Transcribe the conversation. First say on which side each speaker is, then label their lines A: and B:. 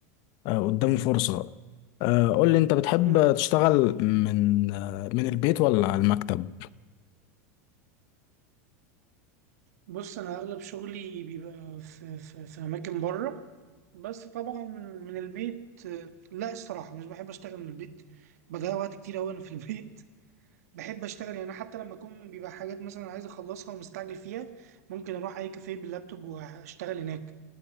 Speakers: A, on the left; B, on the right.
A: آه، قدامه فرصة آه، قول لي انت بتحب
B: مم.
A: تشتغل من آه، من البيت ولا على المكتب
B: بص انا اغلب شغلي بيبقى في في, في اماكن بره بس طبعا من البيت آه، لا الصراحه مش بحب اشتغل من البيت بضيع وقت كتير اوي انا في البيت <laughs> بحب اشتغل يعني حتى لما اكون بيبقى حاجات مثلا عايز اخلصها ومستعجل فيها ممكن اروح اي كافيه باللابتوب واشتغل هناك